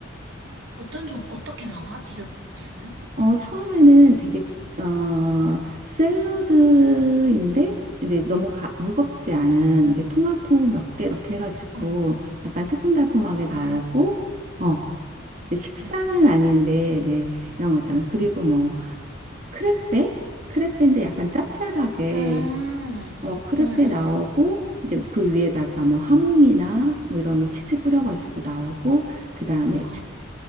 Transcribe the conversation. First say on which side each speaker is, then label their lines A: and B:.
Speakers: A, on the right (about 80°); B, on the right (about 40°).
A: 어떤 종, 어떻게 나와? 디저트 코스는?
B: 어, 처음에는 되게 어,
A: 어, 어,
B: 샐러드인데 근데 너무 가, 무겁지 않은 이제 토마토 몇개 이렇게 해가지고
A: 어.
B: 약간 새콤달콤하게 나오고
A: 아,
B: 어, 이제 식사는
A: 어.
B: 아닌데 왜 이런 거 있잖아. 그리고 뭐 크레페? 크레페인데 약간 짭짤하게
A: 음,
B: 어 크레페
A: 음, 음.
B: 나오고 이제 그 위에다가 뭐 하몽이나 뭐 이런 거 치즈 뿌려가지고 나오고 그다음에
A: 아,